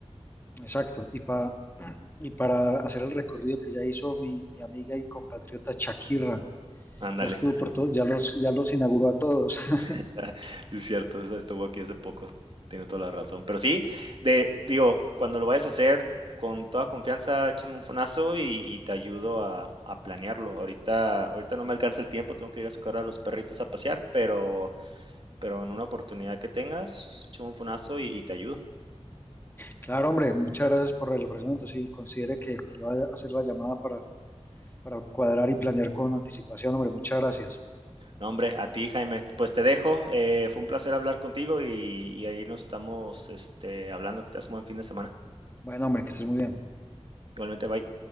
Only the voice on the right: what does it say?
Ándale.
<laughs> Sí, es cierto, esa estuvo aquí hace poco. Tienes toda la razón. Pero sí, de, digo, cuando lo vayas a hacer, con toda confianza, échame un fonazo y, y te ayudo a, a planearlo. Ahorita, ahorita no me alcanza el tiempo, tengo que ir a sacar a los perritos a pasear, pero, pero en una oportunidad que tengas, échame un fonazo y, y te ayudo.
No, hombre, a ti, Jaime, pues te dejo. Eh, fue un placer hablar contigo y, y ahí nos estamos este, hablando. Que te hagas un buen fin de semana.
Igualmente, bye.